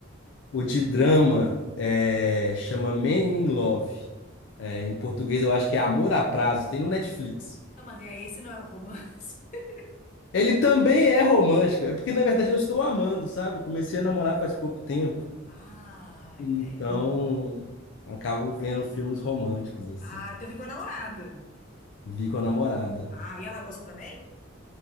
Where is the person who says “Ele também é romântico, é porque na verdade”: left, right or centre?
Left